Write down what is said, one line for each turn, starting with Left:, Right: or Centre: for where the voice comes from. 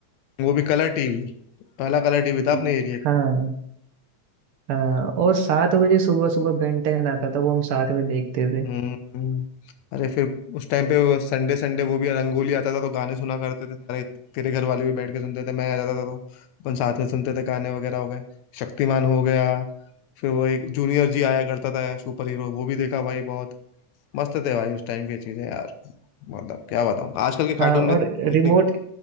Left: वो भी कलर टीवी पहला कलर टीवी था
Right: <laughs>
Left: अपने एरिया
Right: हाँ
Left: का
Right: हाँ और सात बजे सुबह सुबह बेन टेन आता था वो हम साथ में देखते थे
Left: हम्म अरे फिर उस टाइम पे वो संडे संडे वो भी रंगोली आता था तो गाने सुना करते थे सारे तेरे घर वाले भी बैठ के सुनते थे मैं आ जाता था तो अपन साथ में सुनते थे गाने वगैरह हो गए शक्तिमान हो गया फिर वो एक जूनियर जी आया करता था सुपर हीरो वो भी देखा भाई बहुत मस्त थे भाई उस टाइम की चीजें यार मतलब क्या बताऊं आजकल के
Right: हाँ
Left: कार्टून
Right: और
Left: में देखने
Right: रिमोट
Left: को